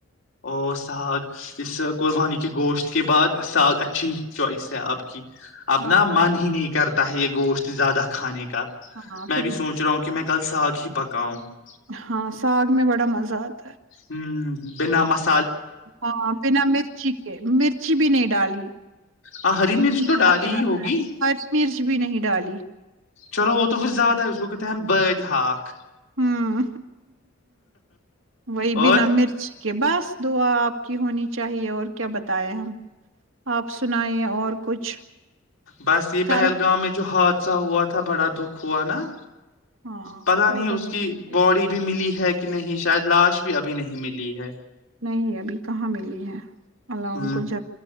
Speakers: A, on the left (about 75°); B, on the right (about 75°).
A: اور ساگ اس قربانی کے گوشت کے بعد ساگ اچھی چوائس ہے آپ کی ابنا
B: ہاں
A: من ہی نہیں کرتا تاہ یہ گوشت زیادہ کھانے <unintelligible> کا
B: ہاں
A: میں
B: پھر
A: بھی سوچ رہا ہوں کہ میں کل <unintelligible> ساگ ہی پکاؤ <unintelligible>
B: ہاں ساگ میں بڑا مزہ آتا <unintelligible>
A: ہوں بنا مس <unintelligible>
B: ہاں بنا مرچی کے مرچی بھی نہیں ڈالی
A: ہاں ہری مرچ
B: تیکھا
A: تو ڈالی
B: نہیں بنا
A: ہوگی
B: ہری مرچ بھی نہیں ڈالی
A: چلو وہ تو پھر زیادہ ہے اس کو تم بدی ہااک <unintelligible>
B: ہ ہ وہی بھینا
A: اور
B: مرچی کے بس دعا آپ کی ہونی چاہیے اور <unintelligible> کیا بتائے ہم آپ سنائییں اور کچھ
A: بس یہ
B: کل
A: پہلگام میں جوہات اھا ہوا تھا بڑا دکھ ہوا نا
B: ہاں
A: پتا
B: کیا
A: نہیں
B: کر
A: اس
B: سکتے
A: کی باڈی بھی ملی ہے کہ نہیں شاید لاش بھی ابھی نہیں ملی ہے
B: نہیں ابھی کہاں ملی ہے اللہ
A: ہ
B: ان کو ج